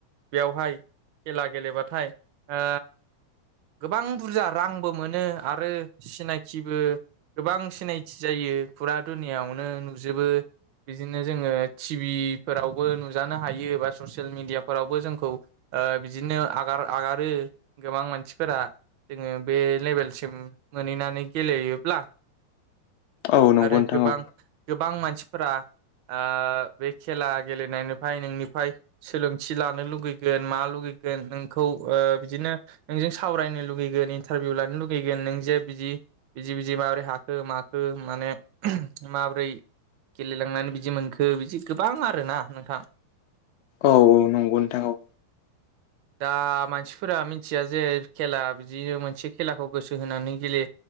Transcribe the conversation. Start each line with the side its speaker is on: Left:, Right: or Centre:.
Right: बेवहाय खेला गेलेबाथाय ओ गोबां बुरजा रांबो मोनो आरो सिनायथिबो गोबां सिनायथि जायो। बे फुरा दुनियायावनो नुजोबो। बिदिनो जोङो टिभिफोरावबो नुजानो हायो बा ससियेल मिडियाफोरावबो जोंखौ ओ बिदिनो आगार आगारो गोबां मानसिफोरा जोङो बे लेबेलसिम मोनहैनानै गेलेयोब्ला
Left: औ नंगौ
Right: आरो
Left: नोंथां
Right: गोबां
Left: औ
Right: गोबां मानसिफोरा ओ बे खेला गेलेनायनिफ्राय नोंनिफ्राय सोलोंथि लानो लुगैगोन मा लुगै गोन नोंखौ ओ बिदिनो नोंजों सावरायनो लुुगैगोन इन्टारभिउ लानो लुुगैगोन नों जे बिदि बिदि बिदि माब्रै हाखो माखो माने माबो ब्रै गेलेलांनानै बिदि मोनखो बिदि गोबां आरोना नोंथां।
Left: औ औ नंगौ नोंथां औ।
Right: दा मानसिफोरा मिथिया जे खेला बिदिनो मोनसे खेलाखौ गोसो होनानै गेले